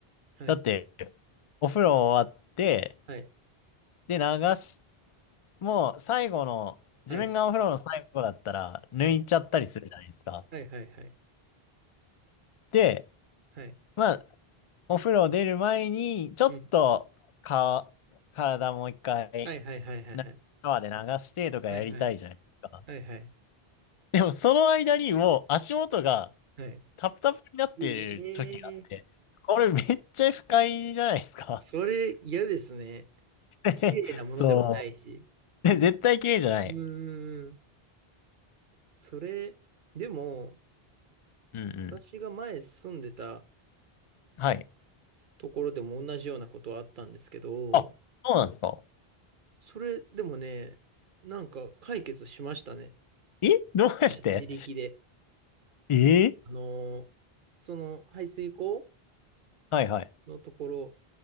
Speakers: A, on the right; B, on the left.
A: はい。
B: だって、お風呂終わって、
A: はい。
B: で、流し、もう最後の、自分がお風呂の最後だったら、
A: はい。
B: 抜いちゃったりするじゃないですか。
A: はい。はい。はい。はい。
B: で、
A: はい。
B: まあ、お風呂出る前に、ちょっと、
A: うん。
B: か、体もう一回、
A: はい。はい。はい。はい。
B: な川で流してとかやりたいじゃないですか。
A: はい。はい。はい。はい。
B: でも、その間にもう足元が
A: は
B: タプタプになってる時があって、
A: い。ええ
B: これめっちゃ不快じゃないですか。
A: それ嫌ですね。
B: <laughs>
A: 綺麗なものでもないし。
B: そう。で絶対綺麗じゃない。
A: うーん。それ、でも、
B: うんうん。
A: 私が前住んでた
B: はい。
A: ところでも同じようなことはあったんですけど、
B: あ、そうなんですか。
A: それでもね、なんか解決しましたね。
B: えどうやって
A: 私自力で。
B: ええ
A: あのーその排水溝
B: はいはい。
A: のところ、